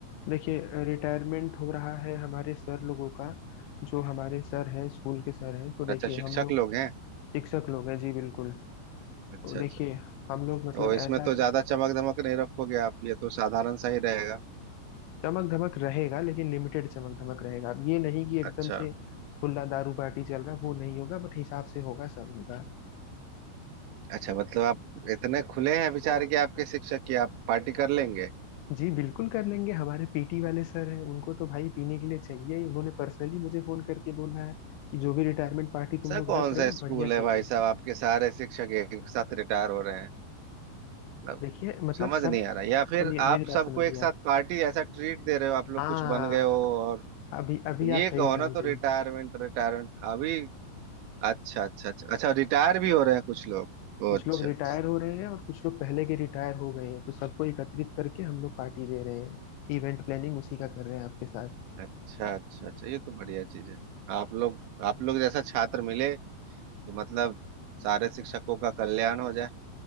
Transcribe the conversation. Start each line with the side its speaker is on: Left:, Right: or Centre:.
Left: देखिए रिटायरमेंट हो रहा है हमारे सर लोगों का जो हमारे सर हैं स्कूल के सर हैं तो देखिए
Right: अच्छा शिक्षक
Left: हम लोग
Right: लोग हैं
Left: शिक्षक लोग हैं जी बिल्कुल
Right: अच्छा
Left: तो देखिए
Right: अच्छा
Left: हम लोग मतलब
Right: तो इसमें
Left: ऐसा
Right: तो ज्यादा चमक धमक नहीं रखोगे आप ये तो साधारण सा ही रहेगा
Left: चमक धमक रहेगा लेकिन लिमिटेड चमक धमक रहेगा अब ये नहीं कि एकदम
Right: अच्छा
Left: से खुला दारू पार्टी चल रहा है वो नहीं होगा बट हिसाब से होगा सब होगा
Right: अच्छा मतलब आप इतने खुले हैं विचार कि आपके शिक्षक की आप पार्टी कर लेंगे
Left: जी बिल्कुल कर लेंगे हमारे पीटी वाले सर हैं उनको तो भाई पीने के लिए चाहिए ही उन्होंने पर्सनली मुझे फोन करके बोला है कि जो भी रिटायरमेंट पार्टी तुम
Right: सर
Left: लोग
Right: कौन
Left: रख रहे
Right: सा
Left: हो
Right: स्कूल
Left: बढ़िया
Right: है
Left: चाहिए
Right: भाई साहब आपके सारे शिक्षक एक साथ रिटायर हो रहे हैं मतलब
Left: देखिए मतलब
Right: समझ
Left: सब
Right: नहीं आ रहा या फिर
Left: सुनिए
Right: आप
Left: मेरी बात
Right: सबको
Left: समझिए
Right: एक साथ
Left: आप
Right: पार्टी जैसा ट्रीट दे रहे हो आप लोग
Left: हाँ
Right: कुछ बन गए हो और
Left: अभी अभी
Right: ये
Left: आप सही
Right: कहो
Left: समझे
Right: ना तो रिटायरमेंट रिटायरमेंट अभी अच्छा अच्छा अच्छा अच्छा रिटायर भी हो रहे हैं कुछ लोग ओ,
Left: कुछ
Right: अच्छा
Left: लोग रिटायर
Right: अच्छा
Left: हो रहे हैं और कुछ लोग पहले के रिटायर हो गए हैं तो सबको एकत्रित करके हम लोग पार्टी दे रहे हैं इवेंट प्लानिंग उसी का कर रहे हैं आपके साथ
Right: अच्छा अच्छा अच्छा, ये तो बढ़िया चीज है आप लोग आप लोग जैसा छात्र मिले तो मतलब सारे शिक्षकों का कल्याण हो जाए